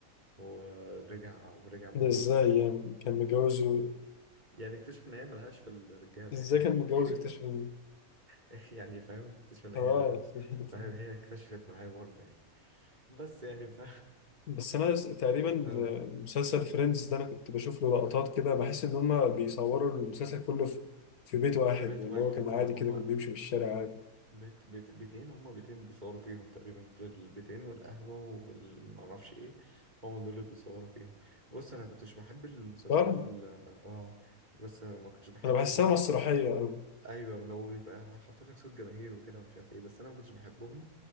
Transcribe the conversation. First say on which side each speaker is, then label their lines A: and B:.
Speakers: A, on the right; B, on the left.
A: ورجع ورجع برضو
B: ده ازاي يعني كان متجوزه
A: يعني اكتشف إن هي ملهاش في الرجالة
B: ازاي
A: يعني
B: كان متجوز اكتشف
A: <laughs>
B: ان
A: <laughs> يعني فاهم اكتشف ان هي
B: اه <laughs>
A: فاهم هي اكتشفت معايا برضه يعني بس يعني ف
B: بس انا تقريبا
A: <laughs> اه
B: مسلسل فريندز ده انا كنت بشوف له لقطات كده بحس ان هما بيصوروا المسلسل كله في في بيت واحد
A: في بيت
B: ولا
A: واحد
B: هو كان
A: ايوه
B: عادي كده
A: هما
B: كان بيمشي في الشارع عادي
A: بيت بيت بيتين هما بيتين بيصوروا فيهم تقريبا البيتين والقهوه والمعرفش ايه هما دول اللي بيصوروا فيهم بص انا كنتش بحب المسلسلات
B: صح؟
A: ال اه بس انا ما كنتش بحب
B: انا بحسها
A: ال...
B: مسرحية أوي
A: ايوه لو بيبقى حاطط لك صوت جماهير وكده ومش عارف ايه بس انا ما كنتش بحبهم